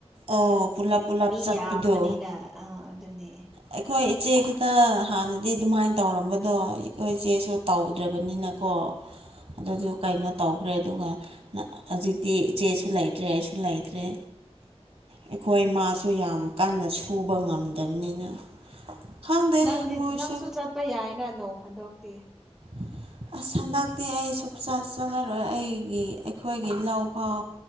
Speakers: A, on the right; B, in the centre.
A: ꯑꯣ ꯄꯨꯂꯞ ꯄꯨꯂꯞ
B: ꯃꯤ
A: ꯆꯠꯄꯗꯨ
B: ꯌꯥꯝꯕꯅꯤꯅ ꯑꯥ ꯑꯗꯨꯅꯦ
A: ꯑꯩꯈꯣꯏ ꯏꯆꯦ ꯈꯛꯇ ꯍꯥꯟꯅꯗꯤ ꯗꯨꯃꯥꯏꯟ ꯇꯧꯔꯝꯕꯗꯣ ꯏꯀꯣꯏ ꯏꯆꯦꯁꯨ
B: ꯑꯣ
A: ꯇꯧꯗ꯭ꯔ ꯕꯅꯤꯅꯀꯣ ꯑꯗꯨꯗꯨ
B: ꯑꯣ
A: ꯀꯩꯅꯣ ꯇꯧꯒ꯭ꯔꯦ ꯑꯗꯨꯒ ꯅ ꯍꯧꯖꯤꯛꯇꯤ ꯏꯆꯦꯁꯨ ꯂꯩꯇ꯭ꯔꯦ ꯑꯩꯁꯨ ꯂꯩꯇ꯭ꯔꯦ ꯑꯩꯈꯣꯏ ꯃꯥꯁꯨ ꯌꯥꯝ ꯀꯟꯅ ꯁꯨꯕ ꯉꯝꯗꯕꯅꯤꯅ ꯈꯪꯗꯦ
B: ꯅꯪꯗꯤ
A: ꯃꯣꯏꯁꯨ
B: ꯅꯪꯁꯨ ꯆꯠꯄ ꯌꯥꯏꯅ ꯅꯣꯡ ꯐꯥꯗꯣꯛꯇꯤ
A: <inaudible> ꯑꯁ ꯍꯟꯗꯛꯇꯤ ꯑꯩ ꯁꯨꯞꯆꯠ ꯆꯠꯂꯔꯣꯏ ꯑꯩꯒꯤ ꯑꯩꯈꯣꯏꯒꯤ ꯂꯧꯐꯥꯎ